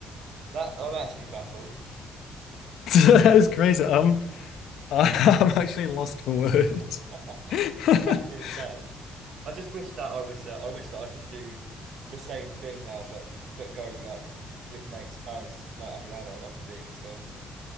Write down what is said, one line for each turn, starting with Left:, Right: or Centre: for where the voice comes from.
Right: That I'm actually baffled.
Left: That is crazy. Um, <laughs> I, I'm actually lost for words.
Right: <laughs>
Left: <laughs>
Right: That is insane. I just wish that I was uh, I wish that I could do the same thing now, but but go like with mates as like as an adult rather than being in school.